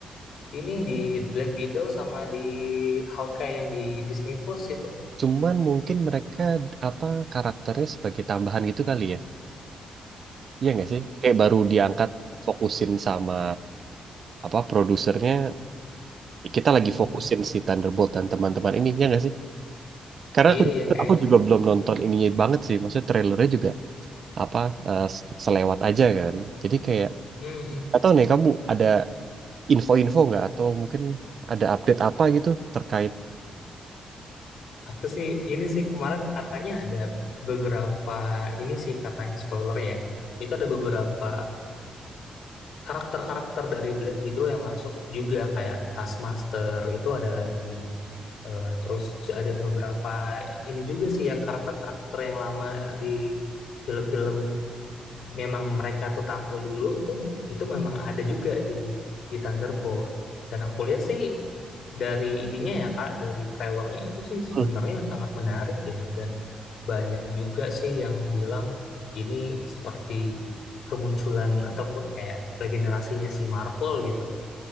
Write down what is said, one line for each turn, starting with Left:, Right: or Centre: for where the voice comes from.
Left: ini di Black Widow sama di Hawkeye yang di Disney Plus itu.
Right: cuman mungkin mereka apa karakternya sebagai tambahan gitu kali ya. Iya nggak sih? Kayak baru diangkat fokusin sama apa produsernya. Kita lagi
Left: Mm-mm.
Right: fokusin si Thunderbolt dan teman-teman ini ya nggak sih? Karena
Left: Iya,
Right: aku
Left: iya kayaknya.
Right: aku juga belum nonton ininya banget sih. Maksudnya trailernya juga apa eh, selewat aja kan. Jadi kayak
Left: Mm-mm.
Right: atau nih kamu ada info-info nggak atau mungkin ada update apa gitu terkait
Left: Aku sih ini sih kemarin katanya ada beberapa ini sih katanya spoiler ya. Itu ada beberapa karakter-karakter dari Black Widow yang masuk juga kayak Taskmaster itu ada lagi. Eh, terus ada beberapa ini juga sih yang karakter-karakter yang lama di film-film memang mereka tuh tampil dulu tuh itu memang ada juga di di Thunderbolt dan aku lihat sih dari ininya ya Kak dari trailernya itu sih sebenarnya
Right: <laughs>
Left: sangat menarik ya dan banyak juga sih yang bilang ini seperti kemunculan ataupun kayak regenerasinya si Marvel gitu